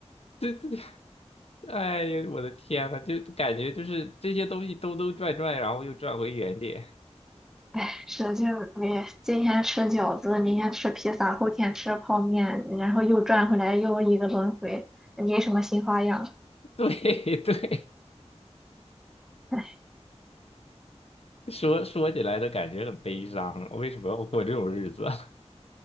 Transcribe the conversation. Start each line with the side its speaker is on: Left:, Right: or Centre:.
Left: 这这。哎呀，我的天呐，就感觉就是这些东西兜兜转转，然后又转回原点。
Centre: 唉，使劲儿，你今天吃饺子，明天吃披萨，后天吃泡面，然后又转回来又一个轮回，没什么新花样。
Left: <laughs> 对对，
Centre: <laughs>
Left: 说说起来都感觉很悲伤，为什么要过这种日子？<laughs>